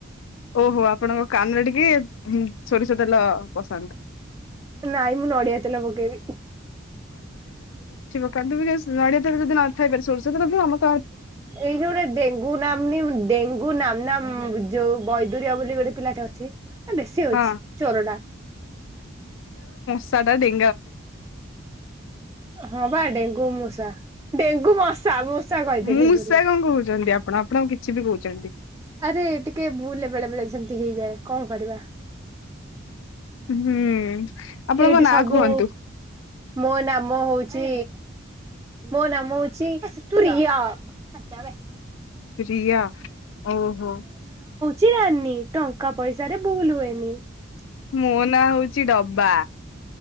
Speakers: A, on the left (about 80°); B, on the right (about 15°).
A: ଓହୋ ଆପଣଙ୍କ କାନରେ ଟିକେ ସୋରିଷ ତେଲ ପସାନ୍ତୁ
B: ନାଇଁ ମୁଁ ନଡିଆତଲ ବୋଗେଇବି
A: କୁ ନଡ଼ିଆରେ ଯି ନଥାଇ ପାରେ ସୋଷ ତୁ
B: ଏଇ ଜୋଟେ ଡେଙ୍ଗୁ ନାମନ ଡେଙ୍ଗୁ ନାମ ନାମ ଯୋଉ ବୈଦରିଆ ବୋଲି ଗୋଟେ ପିଲାଟେ ଅଛି। ବେଶୀ ଅଉଛି
A: ହଁ
B: ଚୋର ଟା
A: ସାଟା ଦେଖ
B: ହଁ ବା ଡେଙ୍ଗୁ ମୂଷା ଡେଙ୍ଗୁ ମଶା ମୂଷା କହିଦେି
A: ମୂଷା
B: ବୁଲେ
A: କଣ କହୁଛନ୍ତି ଆପଣ ଆପଣ କିଛି ବି କହୁଛନ୍ତି
B: ଆରେ ଟିକେ ବୁଲେ ବେଳେ ବେଳେ ଯେମିତି ହେଇଯାଏ। କଣ କରିବା?
A: ହୁଁ। ଆପଣଙ୍କ
B: ଏଇଠି
A: ନାଁ
B: ସବୁ
A: କୁହନ୍ତୁ
B: ମୋ ନାମ ହଉଛି। ମୋ ନାମଛିିରିୟ
A: ପ୍ରିଆ। ଓହୋ।
B: ଚରାନି ଟଙ୍କା ପଇସାରେ ଭୁଲ ହୁଏନି <inaudible>
A: ମୋ ନାଁ ହଉଛି କିଛି ଡବା।